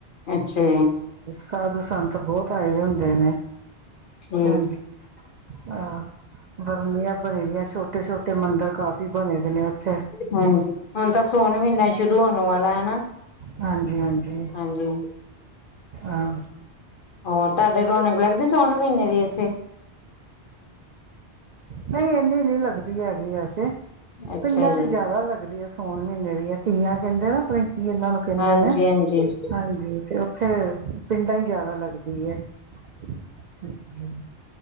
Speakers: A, on the left; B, on the right.
A: ਅੱਛਾ
B: ਸਾਧੂ ਸੰਤ ਬਹੁਤ ਆਏ ਦੇ ਹੁੰਦੇ ਨੇ
A: ਹੂੰ
B: ਹਾਂਜੀ ਹਾਂ ਬਰਮੀਆਂ <inaudible> ਛੋਟੇ, ਛੋਟੇ ਮੰਦਿਰ ਕਾਫੀ ਬਣੇ ਵੇ ਨੇ ਓਥੇ।
A: ਹਾਂਜੀ। ਹੁਣ ਤਾ ਸੋਨ ਮਹੀਨਾ ਸ਼ੁਰੂ ਹੋਨ ਵਾਲਾ। ਹੈ ਨਾ,
B: ਹਾਂਜੀ ਹਾਂਜੀ
A: ਹਾਂਜੀ।
B: ਹਾਂ
A: ਹੋਰ ਤੁਹਾਡੇ ਰੌਣਕ ਲੱਗਦੀ ਸਾਉਣ ਮਹੀਨੇ ਦੀ ਇੱਥੇ
B: ਨਹੀਂ ਇਨੀ ਨ ਲੱਗਦੀ ਹੈਗੀ ਵੈਸੇ
A: ਅੱਛਾ
B: ਪਿੰਡਾਂ
A: ਜੀ,
B: ਚ ਜਿਆਦਾ ਲੱਗਦੀ ਹੈ ਸਾਉਣ ਮਹੀਨੇ ਦੀਆਂ ਤੀਆਂ ਕਹਿੰਦੇ ਨਾ ਪਕੀ ਇਹਨਾਂ ਨੂੰ ਕਹਿੰਦੇ
A: ਹਾਂਜੀ-ਹਾਂਜੀ,
B: ਨੇ ਹਾਂਜੀ ਤੇ ਓਥੇ ਪਿੰਡਾਂ ਹੀ ਜ਼ਿਆਦਾ ਲੱਗਦੀ ਹੈ ਹਾਂਜੀ